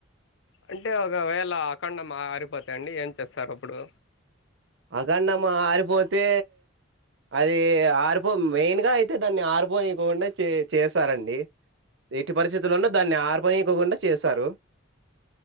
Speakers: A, on the left (about 60°); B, on the right (about 60°).
A: అంటే ఒకవేళ అఖండం అరిపోతె అండి ఏం చేస్సారు. అప్పుడు
B: అంకండం ఆరిపోతే అది ఆర్పో మెయిన్ గా అయితే దాన్ని ఆర్పోనికోకుండా చే చేస్సారండి. ఎట్టి పరిస్థితులున్నా దాన్ని ఆర్పోనికోకుండా చేస్సారు.